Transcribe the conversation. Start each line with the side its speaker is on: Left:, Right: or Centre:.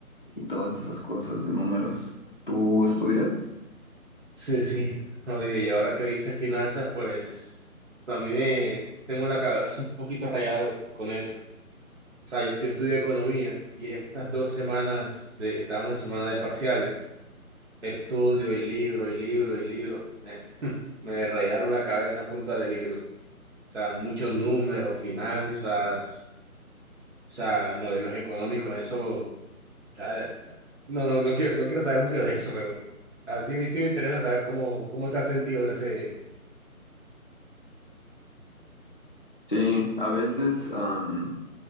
Left: y todas esas cosas de números. ¿Tú estudias?
Right: Sí, sí. Oye, y ahora que dices finanzas, pues también eh, tengo la cabeza un poquito rayada con eso. O sea, yo, yo estudio economía y estas dos semanas, de, estábamos en semana de parciales, estudio y libro y libro y libro. eh, me rayaron la cabeza a punta de libro. O sea, muchos números, finanzas, o sea, modelos económicos, eso o sea, No, no, no quiero, no quiero saber mucho de eso, pero así sí me- sí me interesa saber cómo, cómo te has sentido en ese
Left: Sí, a veces am,